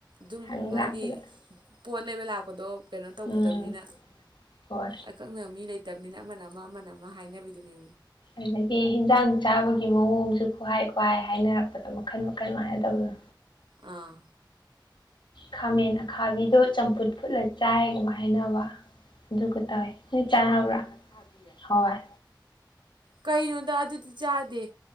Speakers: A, on the right; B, on the left.
A: ꯗꯨꯝ
B: ꯍꯪ
A: ꯍꯥꯏꯗꯤ
B: ꯂꯥꯛꯄꯗ
A: ꯄꯣꯠ ꯂꯩꯕ ꯂꯥꯛꯄꯗꯣ ꯀꯩꯅꯣ ꯇꯧꯒꯗꯕꯅꯤꯅ
B: ꯎꯝ ꯍꯣꯏ
A: ꯑꯀꯛꯅꯕ ꯃꯤ ꯂꯩꯇꯕꯅꯤꯅ ꯑꯃꯅ ꯑꯃ ꯑꯃꯅ ꯑꯃ ꯍꯥꯏꯅꯕꯤꯗꯨꯅꯦ
B: ꯑꯗꯒꯤ ꯏꯟꯖꯥꯡ ꯆꯥꯕꯒꯤ ꯃꯑꯣꯡꯖꯨ ꯈꯨꯍꯥꯏ ꯈꯨꯍꯥꯏ ꯍꯥꯏꯅꯔꯛꯄꯗ ꯃꯈꯟ ꯃꯈꯟ ꯃꯥꯟꯅꯗꯕꯗꯣ꯫
A: ꯑꯥ
B: ꯈꯥꯃꯦꯟ ꯑꯈꯥꯕꯤꯗꯣ ꯆꯝꯐꯨꯠ ꯐꯨꯠꯂ ꯆꯥꯏꯒꯨꯝ ꯍꯥꯏꯅꯕ ꯑꯗꯨꯈꯛꯇ ꯅꯣꯏ ꯆꯥꯅꯕ꯭ꯔꯥ ꯑꯈꯥꯕꯤ ꯍꯣꯏ
A: ꯀꯩꯅꯣꯗ ꯑꯗꯨꯗꯤ ꯆꯥꯗꯦ